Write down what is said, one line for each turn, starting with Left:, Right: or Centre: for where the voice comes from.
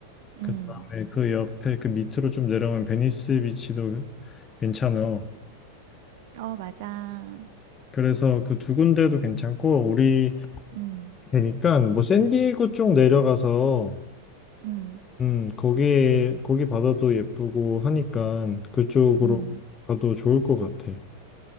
Left: 그
Right: 응,
Left: 다음에 그 옆에 그 밑으로 좀 내려오면 베니스 비치도 괜찮아.
Right: 어, 맞아.
Left: 그래서 그 두 군데도 괜찮고 우리
Right: 응,
Left: 되니까 뭐 샌디에고 쪽 내려가서
Right: 응,
Left: 음 거기 거기 바다도 예쁘고 하니까 그쪽으로
Right: 응.
Left: 가도 좋을 것 같아.